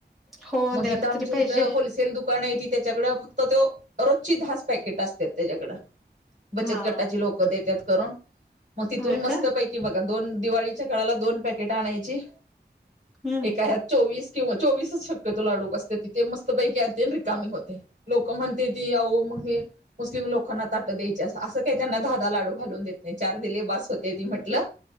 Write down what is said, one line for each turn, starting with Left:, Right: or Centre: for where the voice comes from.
Centre: हो
Right: मग
Centre: द्यायला
Right: हिथं आमच्या
Centre: तरी पाहिजे
Right: हिथं होलसेल दु कानं ती त्याच्याकड फक्त तो रोजची दहाच पॅकेट असत्यात त्याच्याकड. बचत
Centre: हा
Right: गटाची लोकं देतात करून मग तिथून
Centre: होय
Right: मस्तपैकी
Centre: का
Right: बघ दोन दिवाळीच्या काळाला दोन पॅकेट आणायची
Centre: हम्म
Right: एका ह्यात चोवीस किंवा चोवीसच शक्यतो लाडू बसते तिथे मस्तपैकी आणते अन रिकामी होते. लोक म्हणते ती अहो मग हे मुस्लिम लोकांना ताट द्यायची असं काही त्यांना धाधा लाडू घालून देत नाही चार त दिले बस होते ती म्हटलं